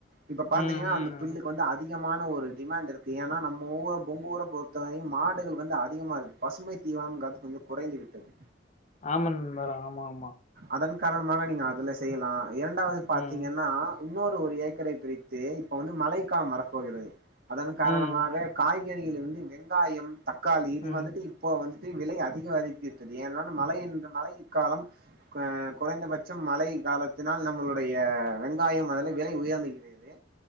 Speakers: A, on the right; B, on the left.
A: இப்ப பாத்தீங்கன்னா
B: ம் ம்
A: அந்த பில்லுக்கு
B: ம்
A: வந்து அதிகமான ஒரு டிமான்ட்டிருக்கு ஏனா நம்ம ஊ உங்க ஊர பொறுத்தவரையு மாடுகள் வந்து அதிகமாருக்கு பசுமை தீவான காத்து கொஞ்சொ குறைந்து விட்டது
B: ஆமா நண்பர் ஆமா ஆமா
A: அதன் காரணமாக நீங்க அதுல செய்யலா இரண்டாவது பாத்தீங்கன்னா
B: ம்
A: இன்னொரு ஒரு ஏக்கரை பிரித்து இப்ப வந்து மழைக்கால வர போகிறது அதன் காரணமாக
B: ம்
A: காய்கறிலிருந்து வெங்காயம் தக்காளி இது
B: ம்
A: வந்துட்டு இப்போ வந்துட்டு விலை அதிக அதிக்விட்டது ஏனான மழை என்ற மழை காலம் க குறைந்தபட்சம் மழை காலத்தினால் நம்மளுடைய வெங்காயம் அதுலை விலை உயர்ந்துகிற து